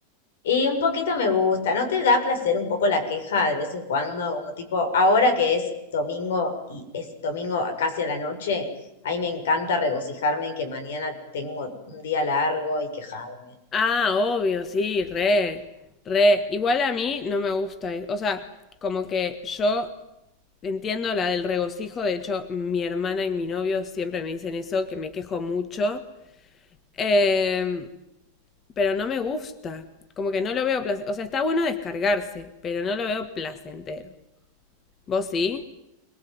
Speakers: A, on the left; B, on the left.
A: Y un poquito me gusta, ¿no te da placer un poco la queja de vez en cuando? Como tipo, ahora que es domingo y es domingo casi a la noche, ahí me encanta regocijarme en que mañana tengo un día largo y quejarme.
B: Ah, obvio, sí, re, re. Igual a mí no me gusta. eh. O sea, como que yo Entiendo la del regocijo, de hecho mi hermana y mi novio siempre me dicen eso, que me quejo mucho, eh, pero no me gusta, como que no lo veo placentero, o sea, está bueno descargarse, pero no lo veo placentero. ¿Vos sí?